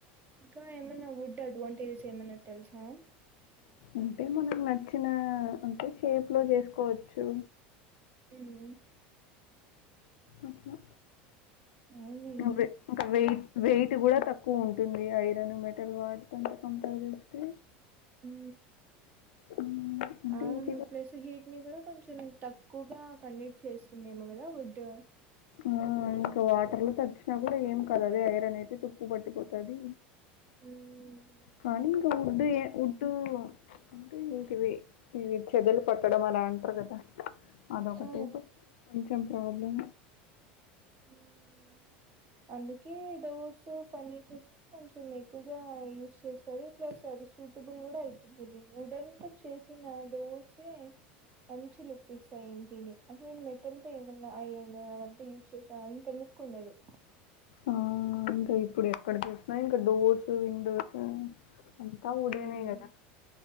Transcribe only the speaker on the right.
ఇంకా ఏమన్న వుడ్ అడ్వాంటేజెస్ ఏమన్న తెలుసా
హ్మ్
అవునే
ఉ
అవును
ప్లస్ హీట్ ని కూడా కొంచెం తక్కువగా కండక్ట్ చేస్తుందేమో కదా వుడ్
హ్మ్
ఆ ఆ
మ్మ్. అందుకే డోర్స్ కు ఫర్నిచర్స్ కి కొంచెం ఎక్కువగా యూస్ చేస్తరు ప్లస్ అది సూటబుల్ కూడా అయితుంటది వుడెన్ తో చేసిన డోర్స్ సే మంచి లుక్ ఇస్తాయి ఇంటిని అదే మెటల్ తో ఏమన్నా ఐరన్ అవంతా యూస్ చేసా అంత లుక్ కుండదు
మ్మ్.